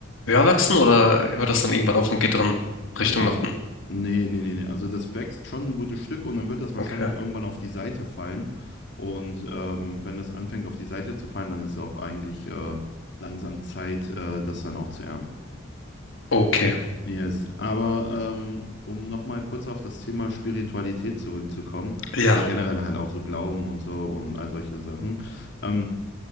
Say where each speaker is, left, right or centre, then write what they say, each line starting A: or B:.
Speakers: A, on the left; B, on the left.
A: höher wachsen oder hört das dann irgendwann auf und geht dann Richtung
B: Weil ich war.
A: nach unten?
B: Nee, nee, nee, nee. Also das wächst schon ein gutes Stück und dann wird das wahrscheinlich
A: Okay.
B: irgendwann auf die Seite fallen. Und ähm, wenn das anfängt auf die Seite zu fallen, dann ist auch eigentlich äh, langsam Zeit, äh, das dann auch zu ernten.
A: Okay.
B: Yes. Aber ähm, um nochmal kurz auf das Thema Spiritualität zurückzukommen
A: Ja.
B: oder generell halt auch so Glauben und so und all solche Sachen. Ähm,